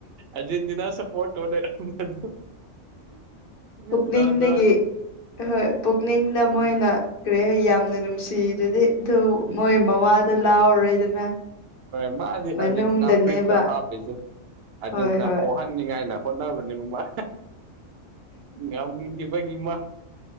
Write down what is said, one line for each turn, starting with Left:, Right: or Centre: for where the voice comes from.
Right: ꯑꯥꯔꯖꯦꯟꯇꯤꯅꯥ ꯁꯄꯣꯠ ꯇꯧ ꯂꯩꯔꯝꯕꯗꯣ
Left: ꯄꯨꯛꯛꯅꯤꯡꯗꯒꯤ
Right: ꯖꯥꯠ ꯖꯥꯠꯅꯤ
Left: ꯍꯣꯏ ꯄꯨꯛꯅꯤꯡꯗ
Right: ꯑꯦ
Left: ꯃꯣꯏꯅ ꯀ꯭ꯔꯦ ꯌꯥꯝꯅ ꯅꯨꯡꯁꯤꯗꯨꯗꯤ ꯑꯗꯨ ꯃꯣꯏ ꯃꯋꯥꯗ ꯂꯥꯎꯔꯔꯣꯏꯗꯅ
Right: ꯃꯥꯗꯤ
Left: ꯃꯅꯨꯡꯗꯅꯦꯕ
Right: ꯑꯔꯖꯦꯟꯇꯤꯅꯥ ꯐꯨꯔꯤꯠꯀ ꯍꯥꯞꯄꯤꯗꯣ ꯑꯔꯖꯦꯟꯇꯤꯅꯥ
Left: ꯍꯣꯏ ꯍꯣꯏ
Right: ꯄꯣ ꯍꯟꯅꯤꯡꯉꯥꯏꯅ ꯍꯣꯠꯅꯕꯅꯦꯕ ꯃꯥ ꯉꯝꯈꯤꯕꯒꯤ ꯃꯥ